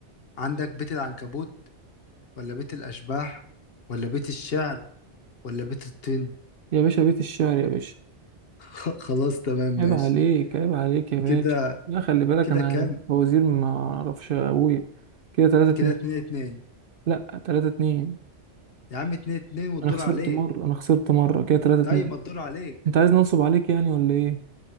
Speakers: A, on the left; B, on the right.
A: عندك بيت العنكبوت ولا بيت الأشباح ولا بيت الشعر ولا بيت الطين
B: يا باشا بيت الشعر يا باشا
A: <laughs> خلاص تمام ماشي
B: عيب عليك عيب عليك يا باشا
A: كده
B: لا خلي بالك
A: كده
B: انا
A: كام
B: انا بوزير ما اعرفش ابويا كده 3 2
A: كده اتنين اتنين
B: لا 3 2
A: يا عم اتنين اتنين والدور
B: انا خسرت
A: عليك
B: مرة انا خسرت مرة كده 3 2
A: طيب ما الدور عليك
B: انت عايز ننصب عليك يعني ولا ايه